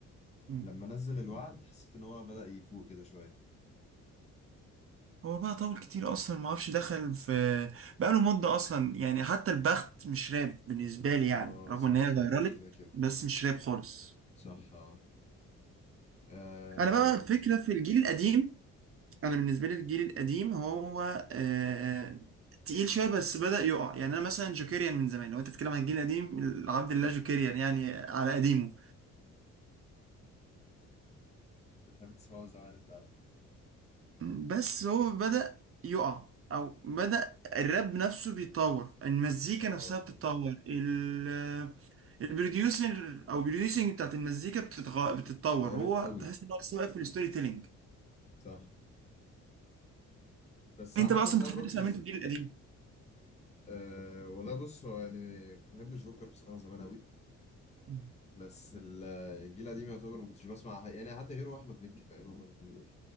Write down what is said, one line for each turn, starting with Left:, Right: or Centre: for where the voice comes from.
Right: مم.
Left: لما نزل الوعد حسيت إن هو بدأ يفوق كده شوية
Right: هو بقى طول كتير اصلا ما اعرفش دخل في بقى له مده اصلا يعني حتى البخت مش راب بالنسبه لي يعني
Left: آه
Right: رغم
Left: صح
Right: ان هي
Left: صح
Right: فيرالت
Left: كده كده
Right: بس مش راب خالص
Left: صح آه, آه
Right: انا بقى
Left: بس
Right: الفكره في الجيل القديم انا بالنسبه لي الجيل القديم هو آه تقيل شويه بس بدا يقع يعني انا مثلا جوكيريان من زمان لو انت بتتكلم عن الجيل القديم عبد الله جوكيريان يعني على قديمه
Left: بتحب تسمعه زمان أنت
Right: بس هو بدأ يقع او بدأ الراب نفسه بيتطور المزيكا
Left: آه
Right: نفسها بتتطور ال البروديوسر او البروديوسنج بتاعت المزيكا بتتغ... بتتطور
Left: غيرت
Right: هو
Left: أوي
Right: تحس ان هو لسه واقف في الستوري تيلينج
Left: صح بس
Right: انت
Left: عامة
Right: بقى اصلا
Left: ساعات
Right: بتحب
Left: برضه
Right: تسمع
Left: لس-
Right: مين في الجيل القديم
Left: آه والله بص هو يعني كنت بحب الجوكر بصراحة زمان أوي
Right: مم.
Left: بس ال- الجيل القديم يعتبر ما كنتش بسمع يعني حد غيره احمد مكي فاهم هما الاثنين دول